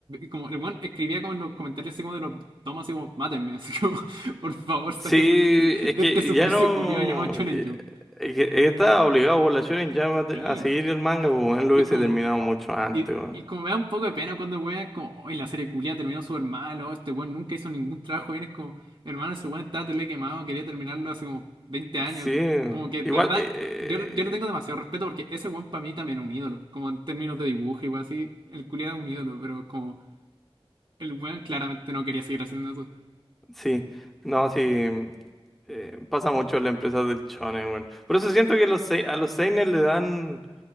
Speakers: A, on the right (about 55°); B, in the centre.
A: como el weón escribía como en los comentarios así como de los tomas así como, mátenme, así como, <laughs> por favor, sáquenme
B: Sí,
A: de este,
B: es
A: de
B: que
A: este suplicio
B: ya no.
A: culiao llamado Shonen
B: eh,
A: Jump.
B: eh, que Está obligado por la Shonen Jump a te-
A: Sí,
B: a seguir el manga, pues él lo
A: y
B: hubiese
A: es como,
B: terminado mucho antes,
A: y,
B: weón.
A: y como me da un poco de pena cuando weón, como, hoy la serie culia terminó súper mal, o este weón nunca hizo ningún trabajo bien, es como, hermano, ese weón estaba tele quemado, quería terminarlo hace como veinte años,
B: Sí,
A: como que de
B: igual,
A: verdad,
B: eh, eh,
A: yo, yo le tengo demasiado respeto porque ese weón para mí también es un ídolo, como en términos de dibujo, igual así, el culia es un ídolo, pero como, el weón claramente no quería seguir haciendo eso.
B: sí, no, sí, mm, eh, pasa mucho en las empresas del shonen, weón. Por eso siento que los, sei- a los seinen le dan,